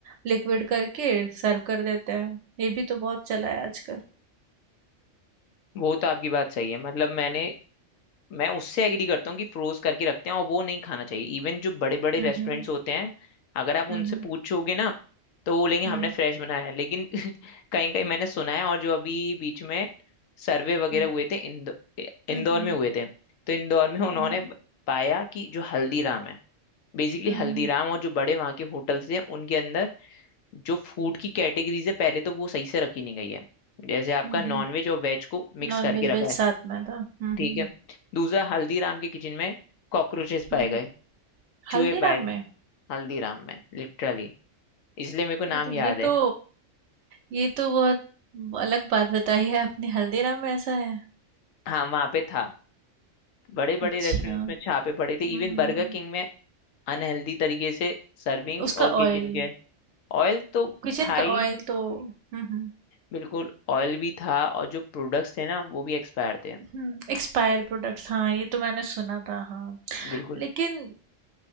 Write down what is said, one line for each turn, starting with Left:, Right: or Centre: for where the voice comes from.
Right: लिक्विड करके सर्व कर देते हैं ये भी तो बहुत चला है आजकल
Left: वो तो आपकी बात सही है मतलब मैंने मैं उससे एग्री करता हूँ कि फ्रोज करके रखते हैं और वो नहीं खाना चाहिए इवन जो बड़े बड़े
Right: हम्म
Left: रेस्टोरेंट्स होते हैं अगर आप उनसे
Right: हम्म
Left: पूछोगे ना तो वो बोलेंगे
Right: हम्म
Left: हमने फ्रेश बनाया है लेकिन <laughs> कहीं कहीं मैंने सुना है और जो अभी बीच में सर्वे वगैरह
Right: हम्म
Left: हुए थे इंदौ, इंदौर
Right: हम्म
Left: में हुए थे तो इंदौर में उन्होंने
Right: हम्म
Left: ब- पाया कि जो हल्दीराम है बेसिकली
Right: हम्म
Left: हल्दीराम और जो बड़े वहाँ के होटल्स हैं उनके अंदर जो फूड की कैटेगरीज है पहले तो वो सही से रखी नहीं गई है जैसे आपका
Right: हम्म
Left: नॉनवेज
Right: हम्म
Left: और वेज को मिक्स
Right: नॉन
Left: करके
Right: वेज वेज
Left: रखा है
Right: साथ में था हम्म हम्म
Left: ठीक है दूसरा हल्दीराम के किचन में कॉकरोचेस पाए
Right: हम्म
Left: गए चूहे
Right: हल्दीराम
Left: पाए गए,
Right: में
Left: हल्दीराम में लिटरली इसलिए मेरे को नाम
Right: ये तो ये
Left: याद है
Right: तो ये तो बहुत अलग बात बताई है आपने हल्दीराम में ऐसा है
Left: हाँ वहां पे था बड़े बड़े
Right: अच्छा
Left: रेस्टोरेंट्स में छापे पड़े
Right: हम्म
Left: थे इवन
Right: हम्म
Left: बर्गर किंग में अनहेल्दी तरीके से सर्विंग्स
Right: उसका
Left: और
Right: ऑयल
Left: किचन के ऑयल तो
Right: किचन
Left: था
Right: का
Left: ही
Right: ऑयल तो हम्म
Left: बिल्कुल ऑयल भी था और जो प्रोडक्ट्स थे ना वो भी एक्सपायर थे
Right: हम्म एक्सपायर प्रोडक्ट्स हाँ ये तो मैंने सुना था हाँ
Left: बिल्कुल
Right: लेकिन